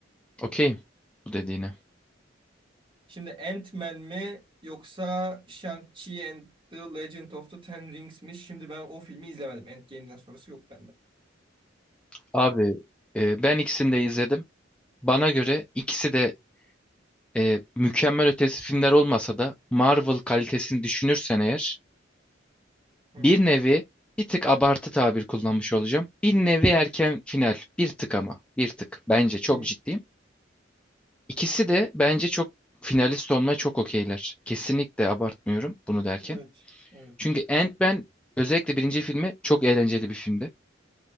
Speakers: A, in the centre; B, on the right (about 25°).
A: Okey. Bu dediğine.
B: Şimdi Ant-Man mi yoksa Shang-Chi and the Legend of the Ten Rings mi? Şimdi ben o filmi izlemedim. Endgame'den sonrası yok bende.
A: Abi e, ben ikisini de izledim. Bana göre ikisi de e, mükemmel ötesi filmler olmasa da Marvel kalitesini düşünürsen eğer
B: Hı
A: bir
B: hı.
A: nevi bir tık abartı tabir kullanmış olacağım. Bir nevi erken final. Bir tık ama. Bir tık. Bence çok
B: Kimi?
A: ciddiyim. İkisi de bence çok finalist olmaya çok okeyler. Kesinlikle abartmıyorum bunu derken.
B: Evet. Evet.
A: Çünkü Ant-Man özellikle birinci filmi çok eğlenceli bir filmdi.